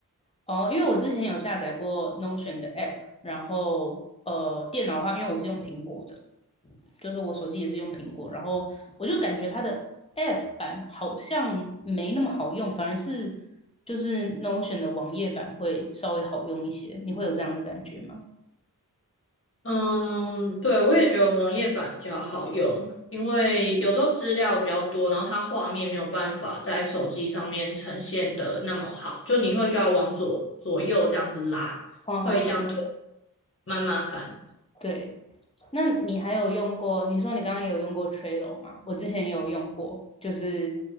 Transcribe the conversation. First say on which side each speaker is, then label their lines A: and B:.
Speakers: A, on the left; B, on the left.
A: 哦，因为我之前有下载过 Notion 的 app，然后呃，电脑的话，因为我是用苹果的，就是我手机也是用苹果，然后我就感觉它的 app 版好像没那么好用，反而是就是 Notion 的网页版会稍微好用一些。你会有这样的感觉吗？
B: 嗯，对，我也觉得网页版比较好用，因为有时候资料比较多，然后它画面没有办法在手机上面呈现的那么好，就你会需要往左左右这样子拉，
A: 嗯嗯嗯
B: 会相对蛮麻烦。
A: 对。那你还有用过？你说你刚刚也有用过 Trello 吗？我之前也有用过，就是